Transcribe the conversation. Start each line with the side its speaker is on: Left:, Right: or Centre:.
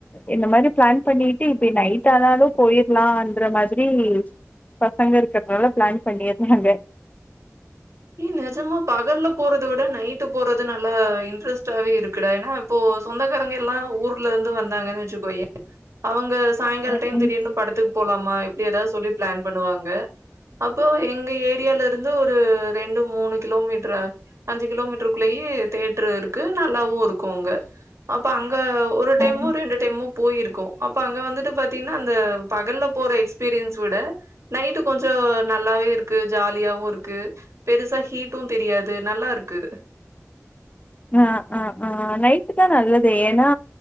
Left: இந்த மாரி பிளான் பண்ணிட்டு இப்போ நைட் ஆனாலும் போயிரலான்ற மாரி பசங்க இருக்கிறதுனால பிளான் பண்ணிருந்தாங்க
Right: ஏ நெஜமா பகல்ல போறத விட நைட்டு போறது நல்லா இன்ட்ரெஸ்ட்டாவே இருக்குடா ஏனா இப்போ சொந்தக்காரங்க எல்லா ஊர்ல இருந்து வந்தாங்கன்னு வெச்சுக்கோயேன் அவங்க சாயங்கால
Left: ம்
Right: டைம்
Left: ம்
Right: திடீர்னு படத்துக்கு போலாமா இப்படி ஏதாவது சொல்லி பிளான் பண்ணுவாங்க அப்போ எங்க ஏரியில இருந்து ஒரு ரெண்டு மூணு கிலோமீட்டர் அஞ்சு கிலோமீட்டருக்குள்ளேய தேட்டர் இருக்கு நல்லாவும் இருக்கும் அங்க அப்ப அங்க ஒரு டைமும்
Left: ம்
Right: ரெண்டு டைமு போயிருக்கோ அப்ப அங்க வந்துட்டு பாத்தீங்கன்னா அந்த பகல்ல போற எக்ஸ்பீரியன்ஸ விட நைட்டு கொஞ்ச நல்லாவே இருக்கு ஜாலியாவும் இருக்கு பெருசா ஹீட்டும் தெரியாது நல்லா இருக்கு
Left: ஆ ஆ ஆநைட்டு நல்லது ஏனா